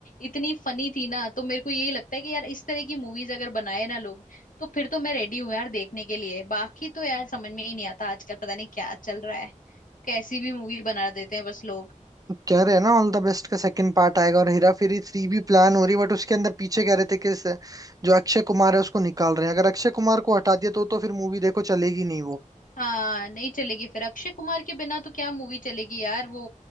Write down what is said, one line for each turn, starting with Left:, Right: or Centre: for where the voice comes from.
Left: इतनी फनी थी ना तो मेरे को यही लगता है कि यार इस तरह की मूवीज अगर बनाए ना लोग तो फिर तो मैं रेडी हूँ यार देखने के लिए बाकी तो यार समझ में ही नहीं आता आजकल पता नहीं क्या चल रहा है कैसी भी मूवी बना देते हैं बस लोग
Right: कह रहे हैं ना ऑल द बेस्ट का सेकंड पार्ट आएगा और हेरा फेरी थ्री भी प्लान हो रही है बट उसके अंदर पीछे कह रहे थे कि इस- जो अक्षय कुमार है उसको निकाल रहे हैं अगर अक्षय कुमार को हटा दिया तो तो फिर मूवी देखो चलेगी नहीं वो
Left: हाँ नहीं चलेगी फिर अक्षय कुमार के बिना तो क्या मूवी चलेगी यार वो